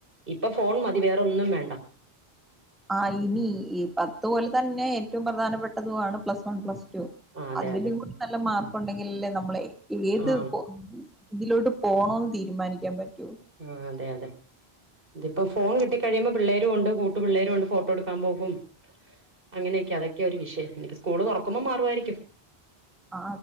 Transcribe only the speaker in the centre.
ആഹ് ഇനി ഈ പത്ത് പോലെ തന്നെ ഏറ്റവും പ്രധാനപ്പെട്ടതുാണ് പ്ലസ് വൺ പ്ലസ്
അതില
കൂടി നല്ല മാർ ണ്ടെങ്കിലെല്ലേ നമ്മള് ഏത്
ഇതിലോട്ട് പോണോ തീരുമാനിക്കാൻ പറ്റോ
ആ